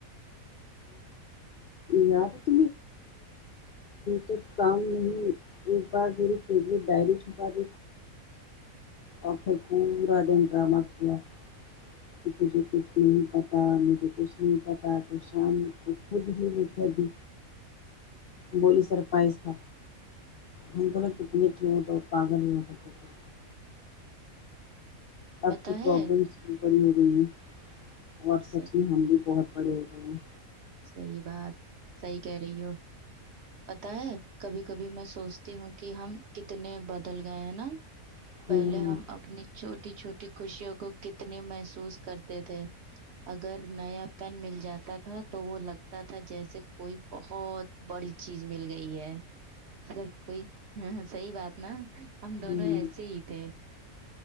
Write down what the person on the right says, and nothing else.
پتا
ہے
ہم،
صحی بات صحی کہہ رہی ہو پتا ہے کبھی کبھی میں سوچتی ہوں کہ ہم کتنے بدل گئے ہیں نا
پہلے ہم اپنی چھوٹی چھوٹی خوشیوں کو کتنے محسوس کرتے تھے اگر نیا پین مل جاتا تھا تو وہ لگتا تھا جیسے کوئی بہت بڑی چیز مل گئی ہے اگر کوئی ہ صحیح بات نا ہم دونوں
ایسے ہی تھے